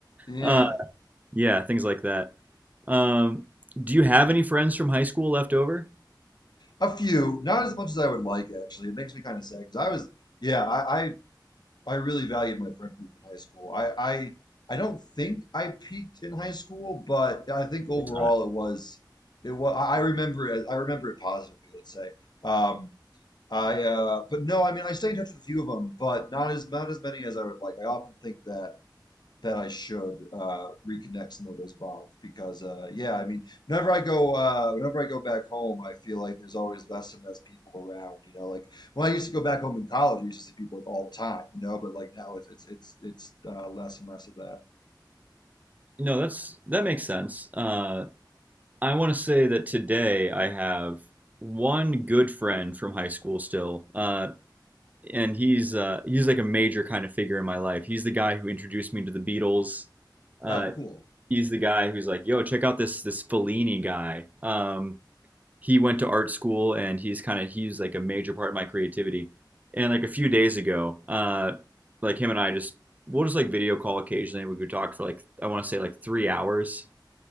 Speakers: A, on the left; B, on the right.
A: yeah,
B: Uh, yeah, things like that. Um, do you have any friends from high school left over?
A: a few, not as much as I would like actually. It makes me kind of sad because I was, yeah, I, I I really valued my friend group in high school. I, I I don't think I peaked in high school, but I think overall
B: It's not.
A: it was it was I remember it I remember it positively, let's say. Um, I uh, but no, I mean I stay in touch with a few of them, but not as not as many as I would like. I often think that that I should uh, reconnect some of those bonds because uh, yeah, I mean, whenever I go uh, whenever I go back home, I feel like there's always less and less people around. You know, like when I used to go back home in college, I used to see people like all the time. You know, but like now it's it's it's it's uh, less and less of that.
B: No, that's that makes sense. Uh, I want to say that today I have one good friend from high school still, uh, and he's uh, he's like a major kind of figure in my life. He's the guy who introduced me to the Beatles. Uh,
A: Oh, cool,
B: he's the guy who's like, "Yo, check out this this Fellini guy." Um, he went to art school, and he's kind of he's like a major part of my creativity. And like a few days ago, uh, like him and I just we'll just like video call occasionally. We could talk for like I want to say like three hours